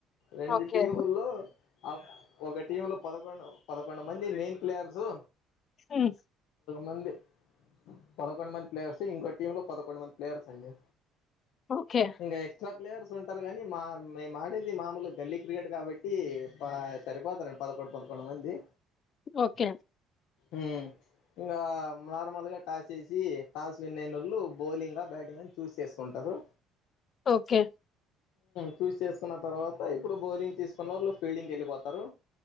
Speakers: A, on the left (about 80°); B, on the left (about 45°).
A: రెండు
B: ఓకే
A: టీముల్లో అప్ ఒక టీమ్ లో పదకొండు పదకొండు మంది మెయిన్ ప్లేయర్సు
B: ఉమ్
A: మంది పదకొండు మంది ప్లేయర్స్ ఇంకో టీమ్ లో పదకొండు మంది ప్లేయర్స్ అండి
B: ఓకే
A: ఇంగా ఎక్స్ట్రా ప్లేయర్స్ ఉంటారు కనీ మా మే మాడేది మామూలు గల్లీ క్రికెట్ కాబట్టి ప సరిపోతారండి పదకొండు పద కొండు మంది
B: ఒకే
A: ఊ ఇంకా నార్మల్గా టాసేసి టాస్ విన్నైనోళ్లు బౌలింగ్ బ్యాట్ చూస్ చేసుకుంటరు
B: ఒకే
A: చూస్ చేసుకున్న తర్వాత ఇప్పుడు బౌలింగ్ తీసుకున్నోళ్ళు ఫీల్డింగ్ కెళ్ళిపోతారు